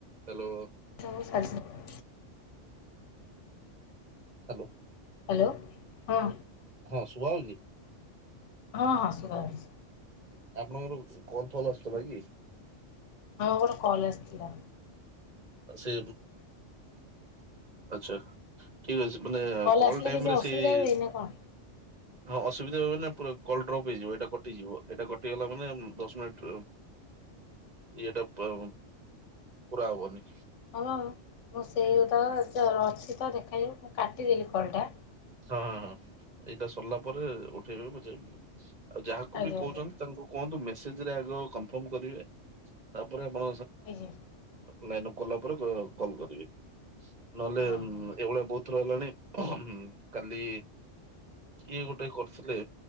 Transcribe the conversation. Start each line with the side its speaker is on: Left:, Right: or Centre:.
Right: ହ୍ୟାଲୋ?
Left: ସ <inaudible>
Right: ହ୍ୟାଲୋ?
Left: ହ୍ୟାଲୋ ହଁ।
Right: ହଁ ସୁଭା ଯାଉଚି।
Left: ହଁ ହଁ ସୁଭା ଯାଉଚି।
Right: ଆପଣଙ୍କର କଲଫଲ ଆଶୁଥିଲା କି?
Left: ହଁ ଗୋଟେ କଲ୍ ଆସିଥିଲା।
Right: ସେ ଆଛା ଠିକ ଅଛି ମାନେ
Left: କଲ୍
Right: କଲ
Left: ଆସିଲେ
Right: ଟାଇମରେ
Left: କିଛି ଅସୁବିଧା
Right: ସେଇ
Left: ହୁଏ ନା କଣ?
Right: ହଁ ଅସୁବିଧା ହ ମାନେ କଲ ଡ୍ରପ ହେଇଯିବ ଏଇଟା କଟିଯିବ ଏଟା କଟିଗଲା ମାନେ ଦଶ ମିନିଟ୍ ଏଇଟା ପା ପୁରା ହବନି।
Left: ହଁ ମ ମୁଁ ସେଇ ତ ଅଛି ତ ଦେଖାଯାଉ ମୁଁ କାଟିଦେଲି କଲ୍ ଟା।
Right: ହଁ ହଁ ହଁ ଏଇଟା ସରିଲା ପରେ ଉଠେଇବେ ବୁଝେଇ ଆଉ ଯାହାକୁ
Left: ଆଜ୍ଞା
Right: ବି କହୁଛନ୍ତି
Left: ଆଜ୍ଞା
Right: ତାଙ୍କୁ କୁହନ୍ତୁ ମେସେଜରେ ଆଗ କନଫର୍ମ କରିବେ ତାପରେ ଆପଣ।
Left: ଆଜ୍ଞା
Right: ଲାଇନ୍ ଅପ କଲା ପରେ କହିବେ କଲ୍ କରିବେ ନହେଲେ
Left: ହଁ ହଁ
Right: ଏଇଭଳିଆ ବହୁତ ହେଲାଣି କାଲି କିଏ ଗୋଟେ କରିଥିଲେ